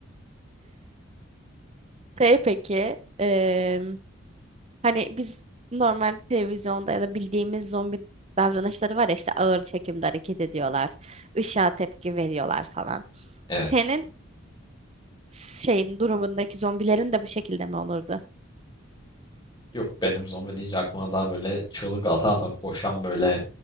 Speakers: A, on the right; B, on the left.
A: Şey peki, eee, hani biz normal televizyonda ya da bildiğimiz zombi davranışları var ya işte ağır çekimde hareket ediyorlar. ışığa tepki veriyorlar falan.
B: Evet.
A: Senin şeyin durumundaki zombilerin de bu şekilde mi olurdu?
B: Yok benim zombi deyince aklıma daha böyle çığlık ata ata koşan böyle